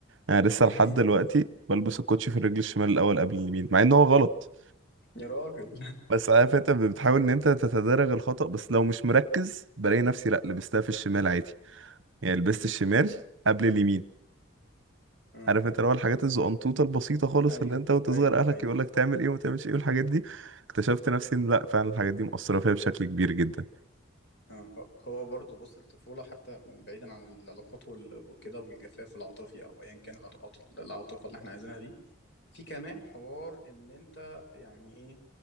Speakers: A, on the right; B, on the left.
A: انا لسه
B: <laughs>
A: لحد دلوقتي بلبس الكوتشي في الرجل الشمال الاول قبل اليمين مع ان هو غلط
B: يا راجل
A: بس عارف انت بتحاول ان انت تتدرج الخطأ بس لو مش مركز بلاقي نفسي لا لبستها في الشمال عادي يعني لبست الشمال قبل اليمين
B: <laughs> آه،
A: عارف انت اللي هو الحاجات الزقنطوطه البسيطه خالص
B: ايوه
A: اللي انت وانت
B: ايوه
A: صغير اهلك
B: ايوه
A: يقول لك تعمل ايه وما تعملش ايه والحاجات دي اكتشفت نفسي ان لا فعلا الحاجات دي مؤثره فيا بشكل كبير جدا
B: اه هو هو برضه بص الطفولة حتى بعيدا عن العلاقات وال- وكده والجفاف العاطفي أو أيا كان العاطفات العاطفة اللي احنا عايزينها دي في كمان حوار إن أنت يعني إيه